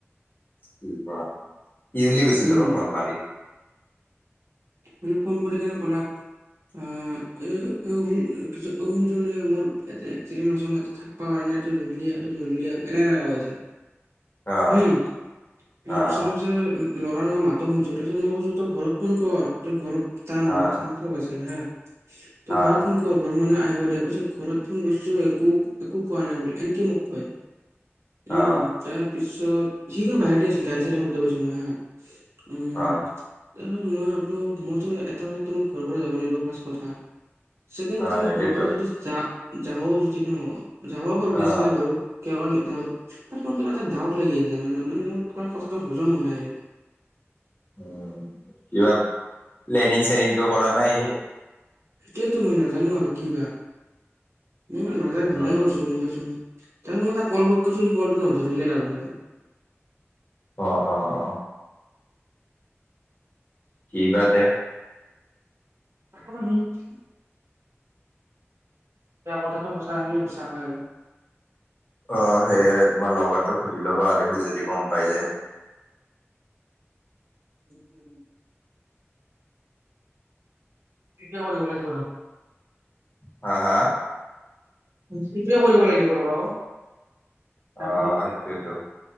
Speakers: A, on the left; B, on the right.
A: কি কোৱা? কি বুলি কৈছিল
B: উম,
A: তোমাক ফোন মাৰি?
B: মানে ফোন কৰি কেনে ক'লাক, অ, এ অ, শুনচোন মোৰ এটা এক্সিডেণ্ট হৈছে মই থাকব পৰা নাই তই জল্দি আহ, তই জল্ডি আহ। এনে কৈ আছে
A: অ',
B: উম। উ
A: অ',
B: ওচৰে পজৰে ল'ৰাৰ মই মাতো শুনিছোঁ, তাৰ পিছত মই কৈছোঁ তোৰ ঘৰত ফোন কৰ। তোৰ ঘৰত তাৰ মামাক
A: অ',
B: চামাক <unintelligible> হা? তই
A: অ',
B: ঘৰত ফোন ঘৰৰ মানুহে আহিব দে। কৈছে ঘৰত ফোন কৰিছোঁ একো-একো কোৱা নাই বোলে এনকে মোক কয়। উম
A: অ',
B: তাৰ পিছত সি কিন্তু বাহিৰতে আছিল, গাড়ী চাৰিৰ শব্দ পাইছো মই হা। উম
A: অ',
B: তাৰছত মই ভাবো বল মইতো এটা বজাত ত মোক ঘৰৰ পৰা যাব লাগিব ফাষ্ট কথা, ছেকেন্ড
A: অ',
B: কথা মই
A: নেদেটো
B: ঘৰৰ পৰা যদি যা যাও যদি ন, যাব পাৰো কেছ
A: অ',
B: নাই বাৰু। <unintelligible> মোৰ কিবা এটা ডাউট লাগি আছে জানা না? মানে মোৰ কিব কথাটো হজম হোৱা নাই।
A: উম, কিবা প্লেনিং শ্লেনিং টো কৰা নাই সি?
B: এতিয়াতো মই নাজানো আৰু কি বা, মই নাজায়
A: উম,
B: ভালে কৰিছোঁ গম পাইছোঁ। তাৰিছত মই তাক কল বেক কৰিছোঁ সি কলটো ধৰিলে তাৰপিছত
A: অ', অ'। অ', কি বা তে?
B: আ বি <unintelligible> কথাটো সঁচা শুনি মিছা হয় আৰু।
A: অ', সেইয়ে তোমাৰ লগৰটোক সুধি ল'বা আৰু সি যদি গম পাই যাই।
B: <unintelligible> কিয় কৰিব লাগে
A: হা-হা?
B: সেইটোয়ে কৰিব লাগিব ৰ'বা। <unintelligible>
A: অ সেইটোয়েতো